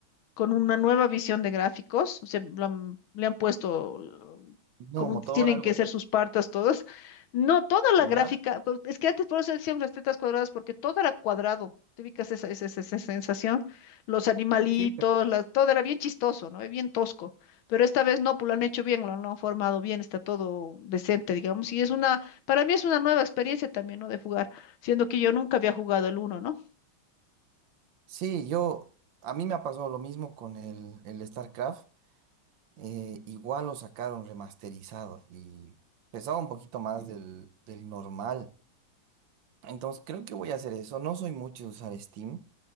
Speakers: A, on the left; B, on the right.
A: con una nueva visión de gráficos, o sea, lo han- le han puesto eh,
B: No,
A: como
B: motor,
A: tienen
B: algo
A: que
B: así,
A: ser sus partas todas. No, toda la
B: ya.
A: gráfica, co- es que antes por eso decíamos las tetas cuadradas, porque todo era cuadrado. ¿Te ubicas esa, esa, esa- esa sensación? Los animalitos,
B: Sí, pe-
A: las- todo era bien chistoso, ¿no? Eh, Bien tosco. Pero esta vez no, pues lo han hecho bien, lo han, lo han formado bien, está todo decente, digamos. Y es una, para mí es una nueva experiencia también, ¿no? De jugar, siendo que yo nunca había jugado el uno, ¿no?
B: sí, yo, a mí me ha pasado lo mismo con el, el StarCraft. eh, igual lo sacaron remasterizado y pesaba un poquito más Sí. del, del normal. Entonces creo que voy a hacer eso. No soy mucho de usar Steam.